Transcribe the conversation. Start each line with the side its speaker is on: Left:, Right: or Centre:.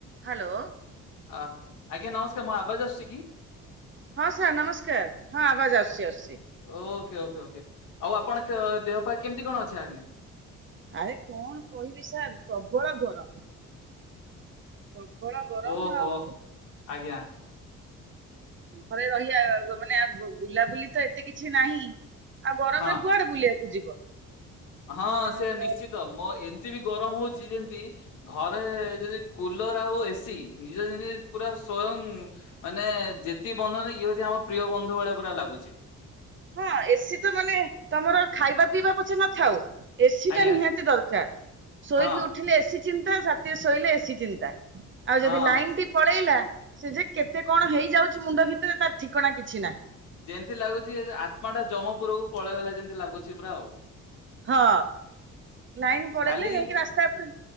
Right: Hello
Left: ଅ ଆଜ୍ଞା ନମସ୍କାର ମା ଆବାଜ ଆସଛି କି?
Right: ହଁ ସାର୍ ନମସ୍କାର ହଁ ଆବାଜ ଆସୁଛି ଆସ
Left: ଓ ଓେ ଓକେ ଓକେ ଆଉ ଆପଣଙ୍କ ଦେହ ପାଇଁ କେମତି କଣ ଅଛି ଆଜ୍ଞା?
Right: ଆରେ କଣ କହିବି ସାର୍ ପ୍ରବଳ ଗରମ ପ୍ରବଳ ଗରମ
Left: ଓହୋ
Right: ଆଉ
Left: ଆଜ୍ଞା।
Right: ଘରେ ରହିବା ମାନେ ବୁଲାବୁଲି ତ ଏତେ କିଛି ନାହିଁ। ଆଉ ଗରମରେ
Left: ହଁ।
Right: କୁଆଡେ ବୁଲିବା ଯିବ
Left: ହଁ
Right: ଆଁ,
Left: ସେ
Right: ତ
Left: ନିଶ୍ଚିତ ମୋ ଏମିତି ବି ଗରମ ହଉଛି। ଯେମିତି ଘରେ ଯଦି କୁଲର ଆଉ ଏସି ନିଜ ଯେମିତି ପୁରା ସ୍ଵୟଂ ମାନେ ଯେତିକି ବଧନ ଇଏ ହଉଛି ଆମ ପ୍ରିୟ ବନ୍ଧୁ ବେଳେ ପୁରା ଲାଗୁଛି।
Right: ହଁ ଏସି ତ ମାନେ ତମର ଖାଇବା ପିଇବା ପଛେ ନଥାଉ ଏସିି
Left: ଆଜ୍ଞା
Right: ଟା ନିହାତି ଦରକାର ଶୋଇକି
Left: ହଁ
Right: ଉଠିଲେ ଏସି ଚିନ୍ତା ଶୋଇଲେ ଏଶି ଚିନ୍ତା। ଆଉ
Left: ହଁ।
Right: ଯଦି ଲାଇନ ଟି ପଳେଇଲା ସେ ଯେ କେତେ କଣ ହେଇଯାଉଛି ମୁଣ୍ଡ ଭିତରେ ତ ଠିକଣା କିଛି ନାହିଁ।
Left: ଯେମତି ଲାଗୁଛି ଆତ୍ମା ଟା ଜମପୁରକୁ ପଳେଇଗଲା ଯେମତି ଲାଗୁଛି ପୁରା ଆଉ।
Right: ହଁ ଲାଇନ ପଳେଇଲେ
Left: ଖାଲି
Right: ଯାଇକି ରାସ୍ତା ଉପରେ